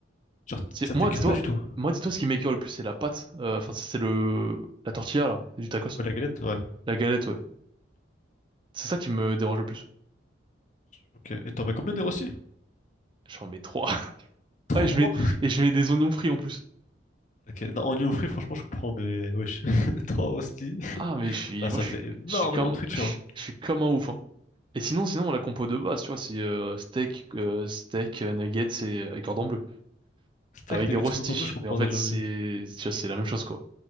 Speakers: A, on the left (about 40°); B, on the right (about 25°).
A: Genre,
B: C'est,
A: ça
B: moi,
A: t'écœure
B: dis-toi,
A: pas du tout.
B: moi, dis-toi, ce qui m'écoeure le plus, c'est la pâte. Euh, Enfin, c'est le, la tortilla, là, du tacos.
A: Ouais, la galette, ouais.
B: La galette, ouais. C'est ça qui me dérange le plus.
A: Ok. Et t'en mets combien
B: Et
A: des rôstis?
B: J'en mets trois. <laughs>
A: 3.
B: Ouais, je mets, et je mets des oignons frits en plus.
A: Ok. Non, en oignon frit, franchement, je comprends, mais wesh. <laughs> Trois rosti.
B: Ah, mais je suis,
A: Bah,
B: moi,
A: ça
B: je
A: fait
B: suis,
A: énormément
B: je suis comme,
A: de friture.
B: je,
A: Hein.
B: je suis comme un ouf, hein. Et sinon, sinon, la compo de base, tu vois, c'est euh, steak, euh, steak, euh, nuggets et, euh, et cordon bleu.
A: Steak,
B: avec
A: nuggets,
B: des rostis.
A: coton bleu, je comprends
B: Mais en fait,
A: déjà
B: c'est,
A: mieux.
B: tu vois, c'est la même chose, quoi.